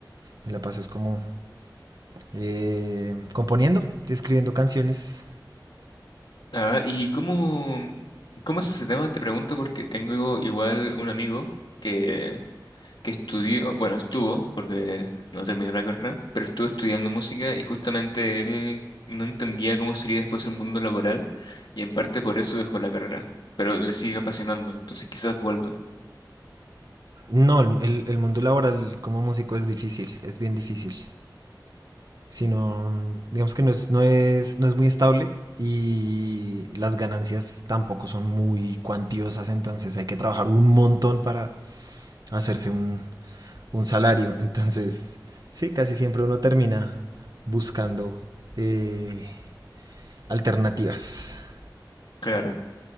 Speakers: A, on the right (about 55°); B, on the left (about 75°).
A: me la paso es como eh, componiendo, escribiendo canciones
B: Ah, ¿y cómo, cómo es ese tema? Te pregunto porque tengo igual un amigo que, que estudió, bueno, estuvo, porque no terminó la carrera, pero estuvo estudiando música y justamente él no entendía cómo sería después el mundo laboral y en parte por eso dejó la carrera, pero le sigue apasionando, entonces quizás vuelva.
A: No, el, el- el mundo laboral como músico es difícil, es bien difícil. Si no, digamos que no es, no es, no es muy estable y las ganancias tampoco son muy cuantiosas, entonces hay que trabajar un montón para hacerse un, un salario. Entonces, sí, casi siempre uno termina buscando eh, alternativas.
B: Claro.